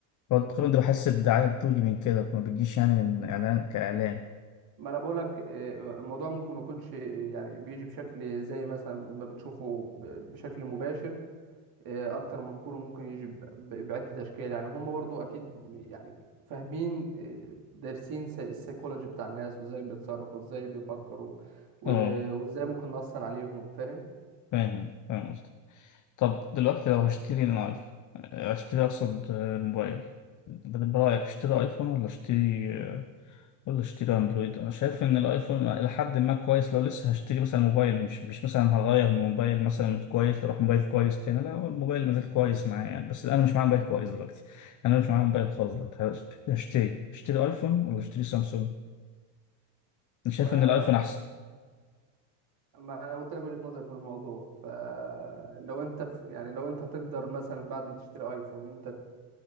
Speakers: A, on the left (about 35°); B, on the right (about 45°).
A: هو تقريبا ده بحس الدعاية بتيجي من كده ما بتجيش يعني من إعلان كإعلان
B: ما انا بقولك آه، الموضوع ممكن ما يكونش يعني بيجي بشكل زي مثلا ما بتشوفه ب- بشكل مباشر آه، اكتر من كوره ممكن يجي ب- ب- بعده اشكال يعني هم برضو اكيد يعني فاهمين آه، دارسين س- السيكولوجي بتاع الناس وازاي بيتصرفوا وازاي بيفكروا و-
A: اه
B: وازاي ممكن نأثر عليهم فاهم
A: فاهم فاهم قصدك طب دلوقتي لو هشتري ان ايفون اشتري اقصد آه، موبايل ب- برأيك اشتري ايفون ولا اشتري آه، ولا اشتري اندرويد انا شايف ان الايفون الى حد ما كويس لو لسه هشتري مثلا موبايل مش مش مثلا هغير من موبايل مثلا كويس لروح موبايل كويس تاني لا هو الموبايل مازال كويس معايا يعني بس انا مش معايا موبايل كويس دلوقتي انا مش معايا موبايل خالص دلوقتي هشتري اشتري ايفون ولا اشتري سامسونج انا شايف
B: وانا
A: ان الايفون احسن
B: ما انا قلت لك وجهة نظري في الموضوع فلو انت في يعني لو انت هتقدر مثلا بعد ما تشتري ايفون انت